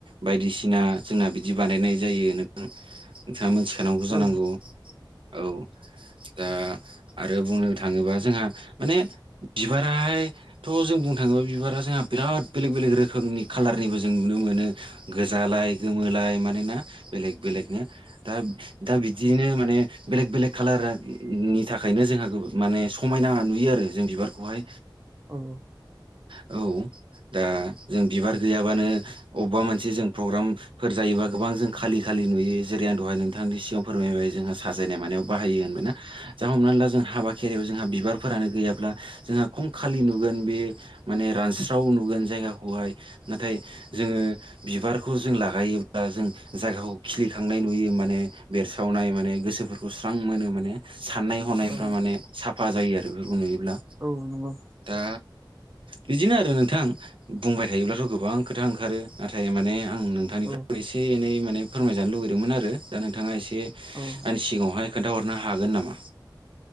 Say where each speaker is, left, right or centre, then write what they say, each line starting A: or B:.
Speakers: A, on the right; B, on the right.
A: बायदिसिना जोंना बिदि बानायनाय जायो नों नोंथाङा मोनथिखानांगौ जानांगौ
B: औ
A: औ दा आरो बुंनो थाङोबा जोंहा माने बिबार थ' जों बुंनो थाङोब्ला बिबारा जोंहा बिराद बेलेग बेलेग रोखोमनि खाालारनिबो जों नुनो मोनो गोजालाय गोमोलाय मानोना बेलेग बेलेकनो दा दा बिदियैनो माने बेलेक बेलेक खाालारनि थाखायनो जोंहा माने स समायना नुयो आरो जों बिबारखौहाय
B: औ
A: औ दा जों बिबार गैयाबानो अबेबा मोनसे जों प्रग्राम फोर जायोबा गोबां जों खालि खालि नुयो जेरै आं दहाय नोंथांनि सिगाङाव फोरमायबाय जोंहा साजायनाय मानायाव बाहायो होनबाय ना जा हमनानै ला जों हाबा खेरायाव जोंहा बिबारफोरानो गैयाब्ला जोंहा खम खालि नुगोन बे माने रानस्राव नुगोन जायगाखौहाय नाथाय जोङो बिबारखौ जों ला जायोब्ला जों जायगाखौ खिलिखांनाय नुयो माने बेरसावनाय माने गोसोफोरखौ स्रां मोनो माने साननाय हनायफ्रा
B: औ औ
A: माने साफा जायो आरो बेफोरखौ नुयोब्ला
B: औ नंगौ
A: दा बिदिनो आरो नोंथां बुंबाय थायोब्लाथ' गोबां खोथा ओंखारो नाथाय माने आं नों थांनिफ्राय
B: औ
A: एसे एनै माने फोरमायजानो लुुबैदोंमोन आरो दा नोंथाङा एसे
B: औ
A: आंनि सिगाङावहाय खोन्थाहरनो हागोन नामा?